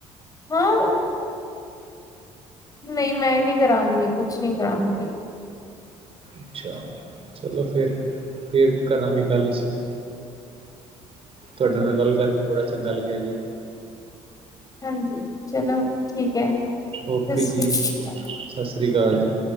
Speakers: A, on the left; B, on the right.
A: ਹਾਂ। ਨਹੀਂ ਮੈਂ ਨਹੀਂ ਕਰਾਂਗੀ ਕੁਛ ਨਹੀਂ ਕਰਾਊਂਗੀ।
B: ਅੱਛਾ ਚਲੋ ਫਿਰ ਫਿਰ ਕਰਾਂਗੇ ਗੱਲ ਅਸੀਂ। ਤੁਹਾਡੇ ਨਾਲ ਗੱਲ ਕਰਕੇ ਬੜਾ ਚੰਗਾ ਲੱਗਿਆ ਜੀ।
A: ਹਾਂਜੀ ਚਲੋ। ਠੀਕ ਹੈ
B: ਓਕੇ
A: ਸਤਿ ਸ਼੍ਰੀ
B: ਜੀ ਸਤਿ
A: ਅਕਾਲ
B: ਸ੍ਰੀ ਅਕਾਲ ਜੀ।